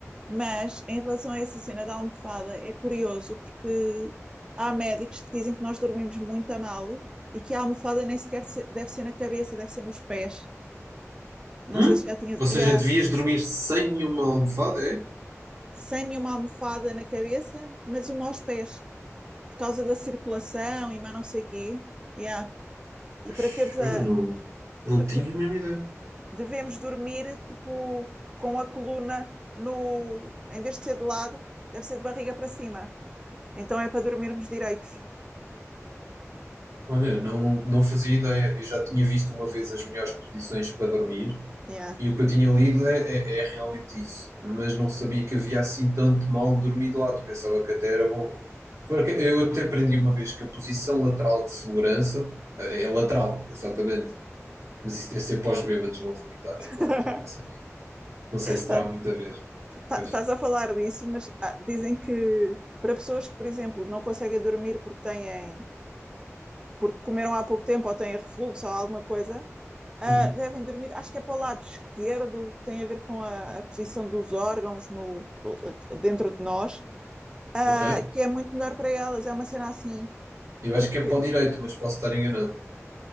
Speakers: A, on the right (about 20°); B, on the right (about 80°).
A: Mas em relação a essa cena da almofada, é curioso porque há médicos que dizem que nós dormimos muito a mal e que a almofada nem sequer se- deve ser na cabeça, deve ser nos pés. Não
B: Hum?
A: sei se já tinhas.
B: Ou seja,
A: Yeah.
B: devias dormir sem nenhuma almofada, é?
A: sem nenhuma almofada na cabeça, mas uma aos pés, por causa da circulação e mais não sei o quê. Yeah.
B: Pois,
A: E para teres a.
B: Olha, não,
A: E
B: não
A: porque
B: tinha
A: de-
B: a mesma ideia.
A: devemos dormir tipo com a coluna no. Em vez de ser de lado, deve ser de barriga para cima. Então é para dormirmos direitos.
B: Olha, eu não, não fazia ideia. Eu já tinha visto uma vez as melhores posições para dormir
A: Yeah.
B: e o que eu tinha lido é, é, é realmente isso. Mas não sabia que havia assim tanto mal de dormir de lado. Pensava que até era bom. Porque eu até aprendi uma vez que a posição lateral de segurança eh, é lateral, exatamente. Mas isso deve ser para os bêbados não vomitarem,
A: <laughs>
B: agora que estou a pensar. Não sei se terá
A: Tá-
B: muita vez.
A: tá-
B: Pois.
A: Estás a falar disso, mas ah, dizem que para pessoas que, por exemplo, não conseguem dormir porque têm, porque comeram há pouco tempo ou têm refluxo ou alguma coisa, ah,
B: Uhum.
A: devem dormir, acho que é para o lado esquerdo, que tem a ver com a, a posição dos órgãos no, dentro de nós, ah,
B: Ok.
A: que é muito melhor para elas. É uma cena assim,
B: Eu
A: porque,
B: acho que é para o direito, mas posso estar enganado.